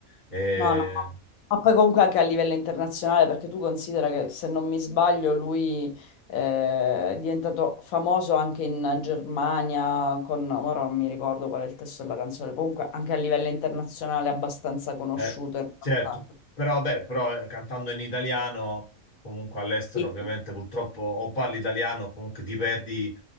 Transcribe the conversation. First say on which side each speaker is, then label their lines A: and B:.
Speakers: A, on the left (about 40°); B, on the left (about 80°).
A: E-
B: No, no, no. ma poi comunque anche a livello internazionale, perché tu considera che se non mi sbaglio lui eh, è diventato famoso anche in Germania, con, ora non mi ricordo qual è il testo della canzone, comunque anche a livello internazionale è abbastanza conosciuto.
A: eh,
B: in realtà.
A: certo, però vabbè, però eh, cantando in italiano, comunque all'estero
B: Sì,
A: ovviamente purtroppo o parli italiano o comunque ti perdi